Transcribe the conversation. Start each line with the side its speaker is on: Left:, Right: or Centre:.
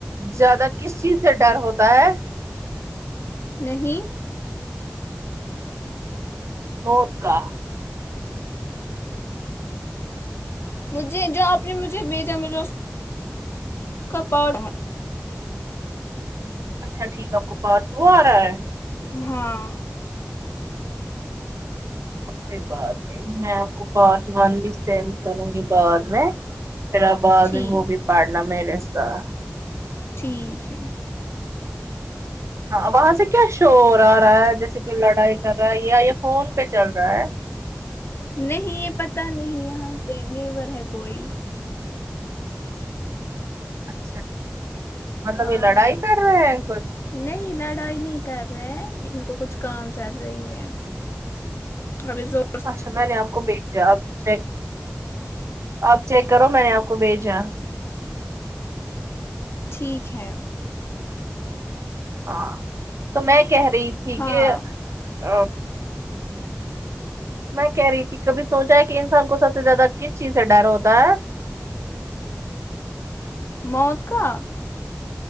Right: زیادہ کس چیز سے ڈر ہوتا ہے
Left: نہیں
Right: موت کا
Left: مجھے جو آپ نے مجھے بھیجا ملا کا پارٹ ٹو
Right: اچھا ٹھیک ہے آپکو پارٹ ٹو آ رہا ہے
Left: ہاں
Right: کوئی بات نہیں میں آپ کو پارٹ ون بھی سینڈ کروں گی بعد میں پھر اب بعد
Left: ٹھیک
Right: میں بھی پڑنا میرے ساتھ
Left: ٹھیک ہے
Right: ہاں وہاں سے کیا شو آ رہا ہے جیسے کوئی لڑائی کر رہا ہے یا یا فون پہ چل رہا ہے
Left: نہیں یہ پتہ نہیں یہاں پہ نیبر ہے کوئی
Right: اچھا مطلب
Left: ہاں
Right: یہ لڑائی کر رہے ہیں کچھ
Left: نہیں لڑائی نہیں کر رہے ان کو کچھ کام چل رہی ہے ابھی جو
Right: اچھا میں نے آپ کو بھیج دیا آپ کو سینڈ آپ چیک کرو میں نے آپ کو بھیجا ہے
Left: ٹھیک ہے
Right: ہاں تو میں کہہ رہی تھی
Left: ہاں
Right: کہ آ میں کہہ رہی تھی کبھی سوچا ہے کہ انسان کو سب سے زیادہ کس چیز سے ڈر ہوتا ہے
Left: موت کا